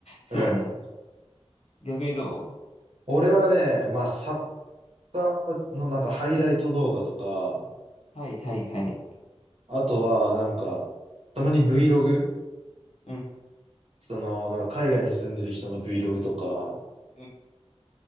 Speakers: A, on the left (about 75°); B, on the right (about 70°).
A: そうね。
B: うん。
A: 逆にど
B: 俺はね、まあ、サッカーのなんかハイライト動画とか、
A: うはいはいはい。
B: あとはなんか、たまに Vlog?
A: うん
B: その、なんか海外に住んでる人の Vlog とか、
A: うん